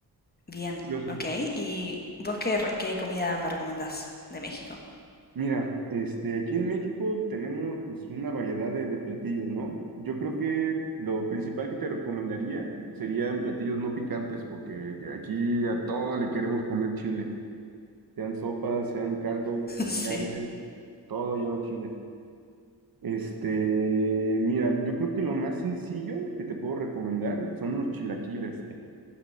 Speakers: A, on the left; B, on the right.
A: Bien.
B: curioso.
A: Ok. ¿Y vos qué, re- qué comida me recomendás de México?
B: Mira, este, aquí en México tenemos pues una variedad de, de platillos, ¿no? Yo creo que lo principal que te recomendaría serían platillos no picantes, porque aquí a todo le queremos poner chile. sean sopas, sean caldos, sean
A: <laughs> Sí.
B: carnes, todo lleva chile. Este, mira, yo creo que lo más sencillo que te puedo recomendar son los chilaquiles.